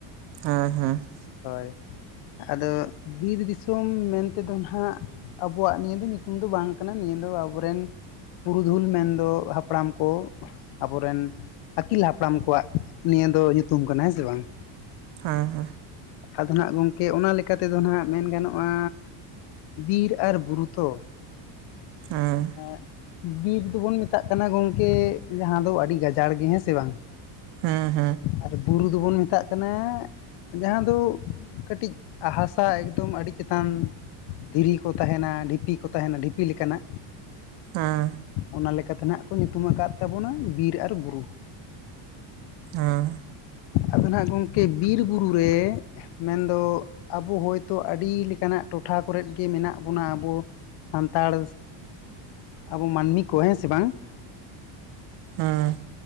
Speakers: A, on the right; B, on the left.
A: ᱦᱮᱸ ᱦᱮᱸ,
B: ᱦᱳᱭ ᱟᱫᱚ ᱵᱤᱨ ᱫᱤᱥᱚᱢ ᱢᱮᱱᱛᱮ ᱫᱚ ᱱᱟᱦᱟᱜ᱾ ᱟᱵᱚᱣᱟᱜ ᱱᱤᱭᱟᱹ ᱫᱚ ᱧᱩᱛᱩᱢ ᱫᱚ ᱵᱟᱝ ᱠᱟᱱᱟ ᱱᱤᱭᱟᱹ ᱫᱚ ᱟᱵᱚ ᱨᱮᱱ ᱯᱩᱨᱩᱫᱷᱩᱞ ᱢᱮᱱ ᱫᱚ, ᱦᱟᱯᱲᱟᱢ ᱠᱚ, ᱟᱵᱚᱨᱮᱱ ᱟᱹᱠᱤᱞ ᱦᱟᱯᱲᱟᱢ ᱠᱚᱣᱟᱜ ᱱᱤᱭᱟᱹ ᱫᱚ ᱧᱩᱛᱩᱢ ᱠᱟᱱᱟ ᱦᱮᱸ ᱥᱮ ᱵᱟᱝ᱾
A: ᱦᱮᱸ ᱦᱮᱸ᱾
B: ᱟᱫᱚ ᱱᱟᱦᱟᱸᱜ ᱜᱚᱝᱠᱮ ᱚᱱᱟ ᱞᱮᱠᱟᱛᱮ ᱫᱚ ᱱᱟᱦᱟᱸᱜ ᱢᱮᱱ ᱜᱟᱱᱚᱜ-ᱟ ᱵᱤᱨ ᱟᱨ ᱵᱩᱨᱩ ᱛᱚ᱾
A: ᱦᱮᱸᱻ᱾
B: ᱮᱸ ᱵᱤᱨ ᱫᱚᱵᱚᱱ ᱢᱮᱛᱟᱜ ᱠᱟᱱᱟ ᱜᱚᱝᱠᱮ ᱡᱟᱦᱟᱸ ᱫᱚ ᱟᱹᱰᱤ ᱜᱟᱡ ᱡᱟᱲ ᱜᱮ ᱦᱮᱸ ᱥᱮ ᱵᱟᱝ
A: ᱦᱮᱸ ᱦᱮᱸ
B: ᱟᱨ ᱵᱩᱨᱩ ᱫᱚᱵᱚᱱ ᱢᱮᱛᱟᱜ ᱠᱟᱱᱟ ᱡᱟᱦᱟᱸ ᱫᱚ ᱠᱟᱹᱴᱤᱡ ᱦᱟᱥᱟ ᱮᱠᱫᱚᱢ ᱟᱹᱰᱤ ᱪᱮᱛᱟᱱ ᱫᱷᱤᱨᱤ ᱠᱚ ᱛᱟᱦᱮᱸᱱᱟ ᱰᱷᱤᱯᱤ ᱠᱚ ᱛᱟᱦᱮᱱᱟ ᱰᱷᱤᱯᱤ ᱞᱮᱠᱟᱱᱟᱜ᱾
A: ᱦᱮᱸ᱾
B: ᱚᱱᱟ ᱞᱮᱠᱟᱛᱮ ᱱᱟᱦᱟᱸᱜ ᱠᱚ ᱧᱩᱛᱩᱢ ᱟᱠᱟᱫ ᱛᱟᱵᱚᱱᱟ ᱵᱤᱨ ᱟᱨ ᱵᱩᱨᱩ᱾
A: ᱦᱮᱸ᱾
B: ᱟᱫᱚ ᱱᱟᱦᱟᱸᱜ ᱜᱚᱝᱠᱮ ᱵᱤᱨ ᱵᱩᱨᱩ ᱨᱮ ᱢᱮᱱᱫᱚ ᱟᱵᱚ ᱦᱚᱭᱛᱳ ᱟᱹᱰᱤ ᱞᱮᱠᱟᱱᱟᱜ ᱴᱚᱴᱷᱟ ᱠᱚᱨᱮᱫ ᱜᱮ ᱢᱮᱱᱟᱜ ᱵᱚᱱᱟ ᱟᱵᱚ᱾ ᱥᱟᱱᱛᱟᱲ ᱟᱵᱚ ᱢᱟᱹᱱᱢᱤ ᱠᱚ ᱦᱮᱸ ᱥᱮ ᱵᱟᱝ?
A: ᱦᱮᱸ᱾